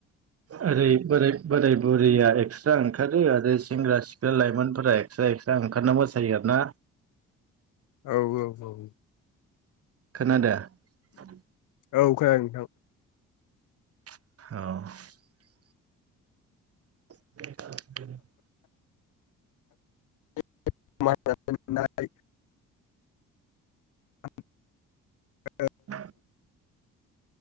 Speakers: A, on the right (about 50°); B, on the left (about 85°).
A: ओरै बोराय बुरैया एक्सट्रा ओंखारो आरो सेंग्रा सिख्ला लाइमोनफोरा एक्सट्रा एक्सट्रा ओंखारना मोसायो आरो ना।
B: औ औ औ
A: खोनादो <unintelligible>
B: औ खोनादों नोंथां
A: औ <unintelligible>
B: <unintelligible>
A: <unintelligible>